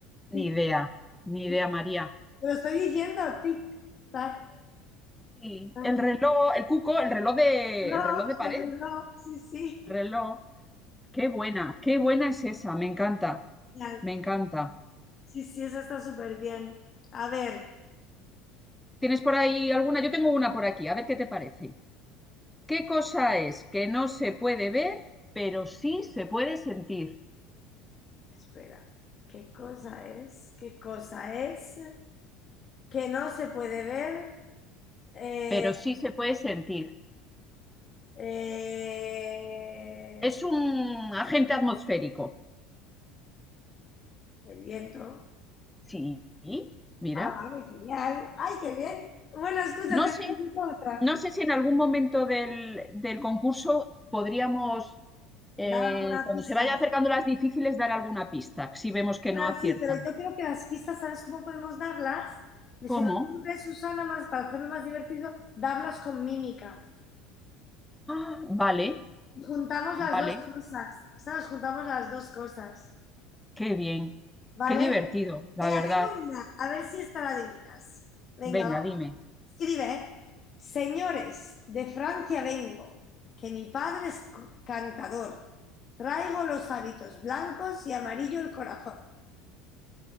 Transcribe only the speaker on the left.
tic,
tic.
Te lo estoy diciendo, tic, tac,
tac.
No,
se me- no, sí, sí.
Genial.
Sí, sí, eso está súper bien. A ver,
espera. ¿Qué cosa es? ¿Qué cosa es? Que no se puede ver. Eh,
Eh,
el viento.
Ah, vale, genial. Ay, qué bien. Bueno, escúchate,
necesito otra.
Dame una
pista.
Bueno,
sí, pero yo creo que las pistas, ¿sabes cómo podemos darlas? Me
se me ocurre, Susana, más para hacerlo más divertido, darlas con mímica.
Juntamos las
dos cosas. ¿Sabes? Juntamos las dos cosas.
¿Vale?
Venga,
tengo una. A ver si esta la adivinas. Venga,
Escribe, señores, de Francia vengo, que mi padre es cantador. Traigo los hábitos blancos y amarillo el corazón.